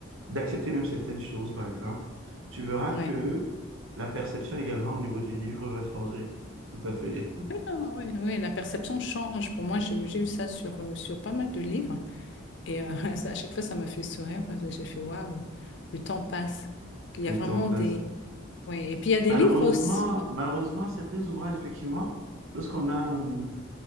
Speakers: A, on the right; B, on the left.
A: d'accepter même certaines choses, par exemple, tu verras
B: ouais.
A: que la perception également au niveau des livres va changer. Tout à fait.
B: Ouais, non, non, ouais, ouais, la perception change. Pour moi, j'ai j'ai eu ça sur, euh, sur pas mal de livres. Et euh, <laughs> ça, à chaque fois, ça m'a fait sourire parce que j'ai fait, waouh, le temps passe. Il y
A: Le
B: a vraiment
A: temps passe.
B: des... Ouais. Et puis, il y a des
A: Malheureusement,
B: livres aussi.
A: malheureusement, certains ouvrages, effectivement, lorsqu'on a, hum,